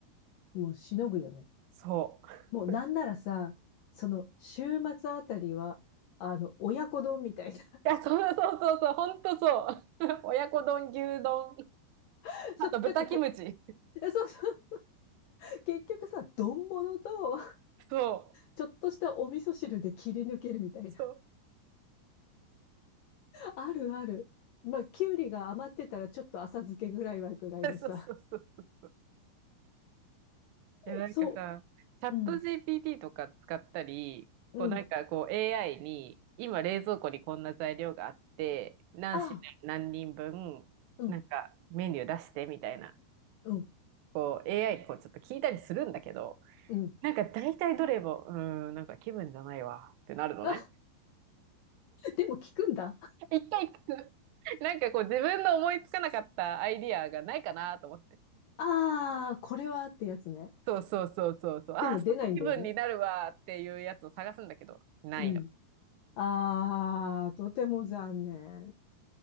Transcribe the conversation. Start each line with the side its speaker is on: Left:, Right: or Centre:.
Left: もうしのぐよね。
Right: そう。い
Left: もうなんならさ、その、週末あたりは、あの、親子丼みたいな。
Right: や、そうそうそうそう、ほんとそう。<laughs> 親子丼、牛丼、
Left: <laughs> そう、
Right: あと豚キムチ。
Left: なんかこう、そうそう。結局さ、丼物と、
Right: そう。
Left: ちょっとしたお味噌汁で切り抜けるみたいな。
Right: そう。
Left: あるある。まあ、きゅうりが余ってたら、ちょっと浅漬けぐらいはぐらいのさ。
Right: <laughs> そうそうそうそうそう。いや、なんかさ、
Left: そ
Right: チャット
Left: う。うん、
Right: GPT とか使ったり、
Left: うん。
Right: こうなんかこう AI に、今冷蔵庫にこんな材料があって、何品何人分、
Left: ああ、うん、
Right: なんかメニュー出してみたいな。
Left: うん、
Right: こう AI にこうちょっと聞いたりするんだけど、
Left: うん。
Right: なんか大体どれも、うーん、なんか気分じゃないわってなるのね。
Left: あ、でも効くんだ。
Right: <laughs> 一回聞く。<laughs> なんかこう自分の思いつかなかったアイディアがないかなと思って。
Left: ああ、これはってやつね。
Right: そうそうそうそうそう。ああ、
Left: でも出ないんだよね。
Right: その気分になるわっていうやつを探すんだけど、ないの。
Left: うん。ああ、とても残念。